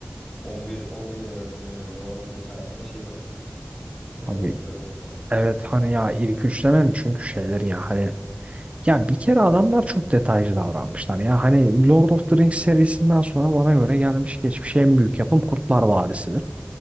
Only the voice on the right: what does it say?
Abi
evet hani ya ilk üçlemen çünkü şeyler ya hani. Ya bir kere adamlar çok detaycı davranmışlar. Ya hani Lord of the Rings serisinden sonra bana göre gelmiş geçmiş en büyük yapım Kurtlar Vadisi'dir.